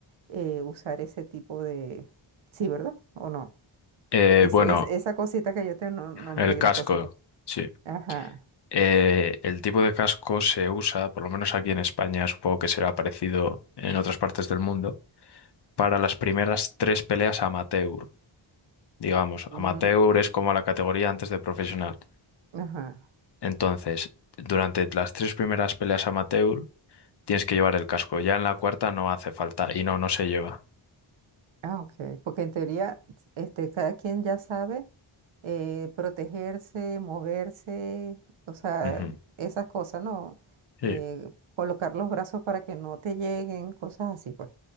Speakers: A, on the right; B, on the left.
A: eh, usar ese tipo de... Sí, ¿verdad? ¿O no?
B: Eh,
A: Es,
B: bueno,
A: es- esa cosita que yo te no- nombré,
B: el casco,
A: la cosita.
B: sí.
A: Ajá.
B: Eh, el tipo de casco se usa, por lo menos aquí en España, supongo que será parecido en otras partes del mundo. para las primeras tres peleas amateur. Digamos,
A: Mm,
B: amateur es como la categoría antes de profesional.
A: ajá.
B: Entonces, durante las tres primeras peleas amateur tienes que llevar el casco. Ya en la cuarta no hace falta y no, no se lleva.
A: Ah, ok. Porque en teoría, este, cada quien ya sabe. eh, protegerse, moverse, o sea,
B: Ujú.
A: esas cosas, ¿no?
B: Sí.
A: Eh, colocar los brazos para que no te lleguen, cosas así, pues.